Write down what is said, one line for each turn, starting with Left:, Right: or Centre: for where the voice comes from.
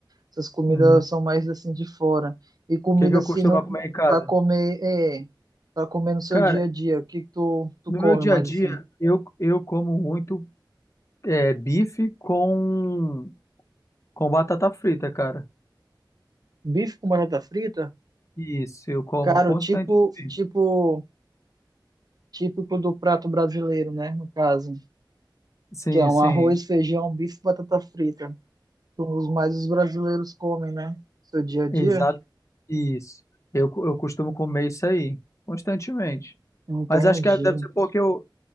Right: essas comidas
Left: uhum.
Right: são mais assim de fora. E comida
Left: O que que eu
Right: assim
Left: costumo comer em casa?
Right: para comer, é, para comer no seu
Left: Cara,
Right: dia a dia. O que que tu, tu
Left: no
Right: come
Left: meu dia
Right: mais
Left: a dia,
Right: assim?
Left: eu, eu como muito é, bife com, com batata frita, cara.
Right: Bife com batata frita?
Left: Isso, eu como
Right: Cara,
Left: constantemente.
Right: o tipo, tipo, típico do prato brasileiro, né? No caso,
Left: Sim,
Right: que é um
Left: sim,
Right: arroz, feijão, bife, e batata frita. Os mais os brasileiros comem, né? Seu dia a dia.
Left: exato. Isso. Eu, co- eu costumo comer isso aí, constantemente.
Right: Entendi.
Left: Mas acho que deve ser porque eu,